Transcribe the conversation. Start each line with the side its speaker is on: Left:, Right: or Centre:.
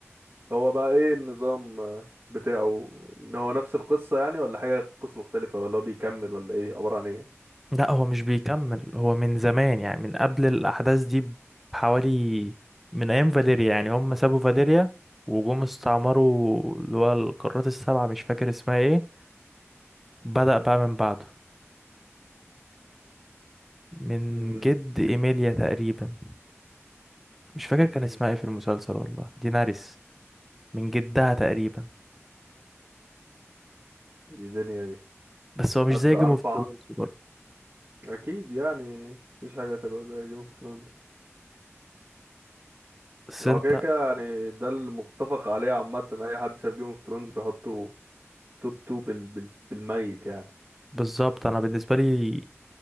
Right: هو بقى ايه النظام آه، بتاعه ان هو نفس القصة يعني ولا حاجة قصة مختلفة ولا هو بيكمل ولا ايه عبارة عن ايه
Centre: لا هو مش بيكمل هو من زمان يعني من قبل الأحداث دي بحوالي من أيام فاليريا يعني هم سابوا فاليريا وجم استعمروا اللي هو القارات السبعة مش فاكر اسمها ايه بدأ بقى من بعده من
Right: امم
Centre: جد إيميليا تقريبا مش فاكر كان
Right: مم.
Centre: اسمها ايه في المسلسل والله ديناريس من جدها تقريبا
Right: دي دنيا دي
Centre: بس هو
Right: أبدأ
Centre: مش زي جيم
Right: أربعة
Centre: اوف ثرونز
Right: أكيد يعني مفيش حاجة هتبقى زي جيم اوف ثرونز
Centre: بس
Right: هو
Centre: انت
Right: كده كده يعني ده المتفق عليه عامة أي حد شاف جيم اوف ثرونز بيحطه توب تو بال... بال... بالميت يعني
Centre: بالظبط انا بالنسبه لي